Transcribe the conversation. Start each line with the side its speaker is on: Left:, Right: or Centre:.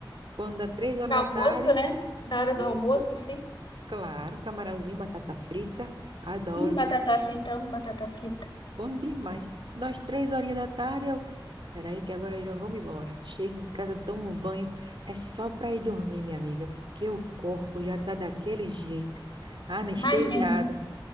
Right: Quando dá três horas
Left: Pra
Right: da
Left: Almoço,
Right: tarde,
Left: né? Na hora
Right: isso,
Left: do almoço, assim.
Right: claro, camarãozinho, batata frita. Adoro.
Left: Hum, batata frita, amo batata frita.
Right: Bom demais. Nós, três horinhas da tarde, eu. Peraí, que agora eu já vou me embora. Chego em casa, tomo um banho. É só para ir dormir, minha amiga, porque o corpo já tá daquele jeito. Anestesiado.
Left: Imagina.